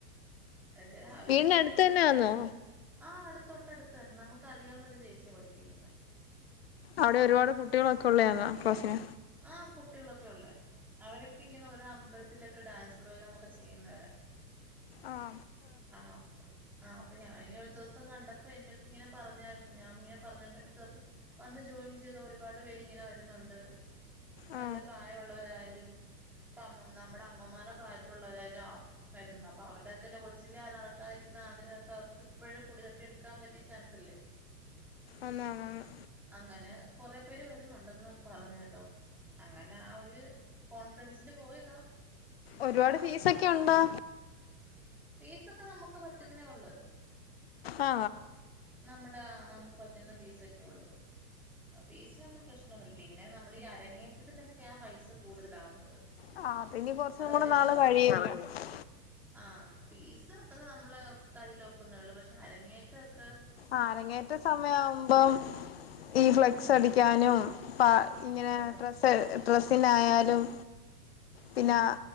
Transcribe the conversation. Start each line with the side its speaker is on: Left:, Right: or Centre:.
Centre: ഏഹ് ചെലാ അവര്
Left: വീടിന്റെ
Centre: ഒരു പത്ത്
Left: അടുത്ത്
Centre: മണിയൊട്ട്
Left: തന്നെ ആന്നോ
Centre: ആഹ് ആടെ തൊട്ടട്ത്തന് നമുക്കറിയാവുന്ന ഒരു ചേച്ചിയാ പഠിപ്പിക്ക്യിന്നെ
Left: അവടെ ഒരുപാട് കുട്ടികളൊക്കെ ഒള്ളെയായിരുന്നു ക്ലാസ്സിന്
Centre: ആഹ് കുട്ടികളൊക്കെയുള്ളെ അവരൊക്കെ ഇങ്ങനെ ഓരോ അമ്പത്തിലെക്കെ ഡാൻസ് പ്രോഗ്രാമൊക്കെ ചെയ്യ്ന്നവരാ
Left: ആഹ്
Centre: ആഹ് അപ്പം ആഹ് അപ്പം ഞാനിങ്ങനെ ഒരു ദിവസം കണ്ടപ്പം എന്റെട്ത്ത് ഇങ്ങനെ പറഞ്ഞായിര്‌ന്ന് ഞാന് ഇങ്ങനെ പറഞ്ഞപ്പം എന്റെട്ത്ത് പറഞ്ഞ് വന്ന് ജോയിൻ ചെയ്തൊ ഒരു പാട് പേരിങ്ങനെ വര്ന്നുണ്ട് നല്ല
Left: ആ
Centre: പ്രായവുള്ളവരായാലും ഇപ്പം അമ്മം നമ്മടെ അമ്മമാരെ പ്രായത്തിലുള്ളവരായാലും ആഹ് വെരുന്നുണ്ട് അപ്പ അവര്ടെക്കെല്ലെ കൊച്ചിലെ നടക്കാതിരിക്ക്ന്ന ആഗ്രഹൊക്കെ അവർക്കിപ്പഴും പൊടി തട്ടിയെടുക്കാൻ പറ്റിയ ച്യാൻസല്ലെ
Left: ഒന്നാണോന്ന്
Centre: അങ്ങനെ കൊറേ പേര് വെരുന്ന്ണ്ടെന്ന് പറഞ്ഞ്ട്ടോ അങ്ങനെ ആ ഒര് കോൺഫറൻസില് പോയതാ പക്ഷേ
Left: ഒരുപാട്
Centre: കൊഴപ്പല്ല്യ
Left: ഫീസൊക്കെ ഉണ്ടോ
Centre: ഫീസൊക്കെ നമ്മക്ക് പറ്റുന്നെയുള്ള്
Left: ആ
Centre: നമ്മടെ ആഹ് നമ്മക്ക് പ റ്റുന്ന ഫീസൊക്കെയൊള്ളു ആഹ് ഫീസിനൊന്നും പ്രശ്നൊന്നുല്ല പിന്നെ നമ്മള് ഈ അരങ്ങേ റ്റത്തിനൊക്ക്യയാ പൈസ കൂടുതലാവുന്നത്
Left: ആ അതിനി കൊറച്ചും
Centre: അതവര്
Left: കൂടെ നാള്
Centre: പറഞ്ഞ്
Left: കഴിയല്ലോ
Centre: ആഹ് ഫീസ് അത്രെ ന മ്മളെ കൈലൊക്കുന്നേള്ളു പക്ഷേ അരങ്ങേറ്റൊക്കെ
Left: ആഹ് അരങ്ങേറ്റ സമയാവുമ്പം ഈ ഫ്ലക്സ്
Centre: ഉം
Left: അടിക്ക്യാനും പാ ഇങ്ങനെ
Centre: ആഹ്
Left: ഡ്രസ്സ് ഡ്രസ്സിനായാലും പിന്നെ
Centre: ആഹ്